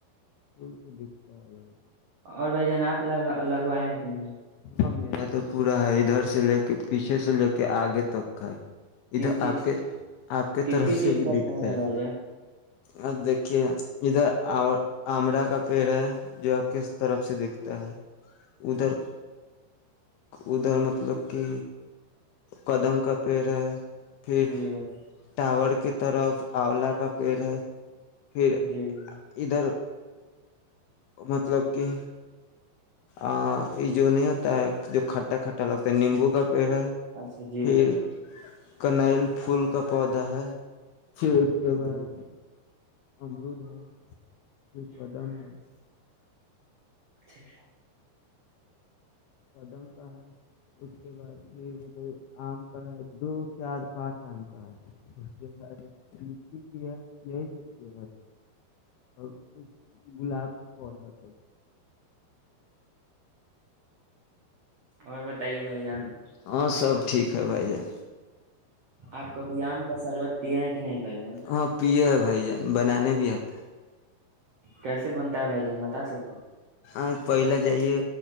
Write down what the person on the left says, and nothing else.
پھول تو دکھتا ہے بھائی
ہاں میرا تو پ پورا ہے ادھر سے لے کے پیچھے سے لے کے آگے تک ہے ادھر
آپ کے آپ کے
طرف
سے بھی
دکھتا
ہے
اور دیک کہ ادھر آمڑا کا پیڑ ہے ج آاب کس طرف سے دیکھتا ہے ادھر ادھر مطلب کہ قدم کا پیڑ ہے پیک
ٹاورور کی طرف آولا کا پیڑ ہے پھر
ادھر مطلب کہ آ <unintelligible> جو نہیں ہوتا ہے جو کھٹا لتا نیمبو کا پڑا
پھر
کنل پھول کا پودا ہے پھر اس کے بعد
امرود ہے پھر قدم ہے
کدم کا ہے اس کے بعد پھر مطلب آم کا ہے دو چار پانچ آم کا ہے اس کے بعد لچی کی ہے یہی سب چی اور کچھ گلاب کی پودا سب
ہاں سب ٹھیک ہے بھائی جان
ہاں پیے ہے بھائی جان بنانے بھی آتا
آج پہل جائیے